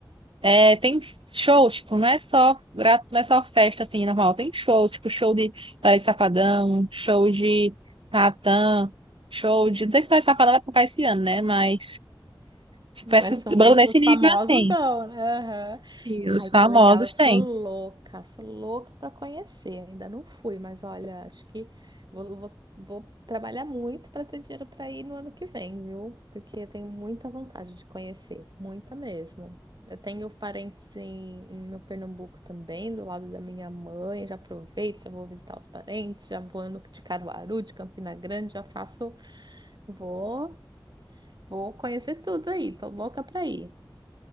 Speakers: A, on the right (about 85°); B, on the right (about 55°).
A: É, tem shows, tipo, não é só, gra- não é só festa, assim, normal. Tem shows, tipo, show de Paris Safadão, show de Natan, show de... Não sei se Paris Safadão vai tocar esse ano, né? Mas, tipo,
B: Mas
A: essa
B: são
A: banda
B: bem
A: nesse
B: os
A: nível,
B: famosos
A: assim,
B: não, né? Aham.
A: que
B: Ai,
A: os famosos
B: que legal. Eu sou
A: têm.
B: louca, sou louca para conhecer. Ainda não fui, mas olha, acho que vou, vou, vou trabalhar muito para ter dinheiro para ir no ano que vem, viu? Porque eu tenho muita vontade de conhecer, muita mesmo. Eu tenho parentes em, em- no Pernambuco também, do lado da minha mãe. Já aproveito, já vou visitar os parentes, já vou no- de Caruaru, de Campina Grande, já faço. Vou. Vou conhecer tudo aí, tô louca pra ir.